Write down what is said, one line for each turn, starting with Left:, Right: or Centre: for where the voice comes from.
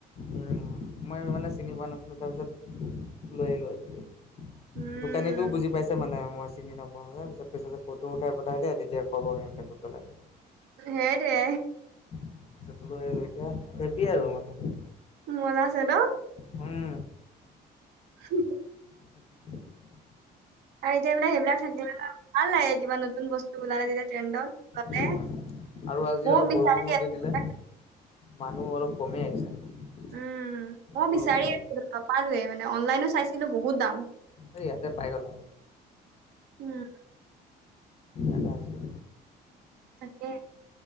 Left: উম মই মানে চিনি পোৱা নাছিলো তাৰ পিছত লৈ আহিলো আজিলৈ।
Right: উম
Left: দোকানীটোও বুজি পাইছে মানে মই চিনি নাপ <unintelligible> পিছত কৈছে যে ফটো উঠাই পঠাই দিয়া তেতিয়া ক'ব সিহঁতে ক'ব কোনটো লাগে।
Right: হে দে।
Left: <unintelligible> লৈ আহিলো এতিয়া হেপি আৰু মানে।
Right: <unintelligible>
Left: হুম।
Right: <inaudible>
Left: <inaudible>
Right: আৰু এতিয়া মানে সেই বিলাক থাকিল ভাল লাগে কিবা নতুন বস্তু উলাই দিলে ট্ৰেণ্ডত। গ'লে
Left: উম আৰু আজি
Right: ময়ো
Left: অলপ
Right: বিচাৰি
Left: বৰষুণও
Right: আছিলো
Left: দি দিলে।
Right: পাই।
Left: মানুহ অলপ কমেই আহিছে।
Right: উম মই
Left: বৰষুণটো
Right: বিচাৰি আছিলোঁ নাপালোৱে মানে অনলাইনত চাইছিলোঁ বহুত। দাম।
Left: এই ইয়াতে পাই গ'লা।
Right: উম।
Left: এটা আছিলে।
Right: তাকে।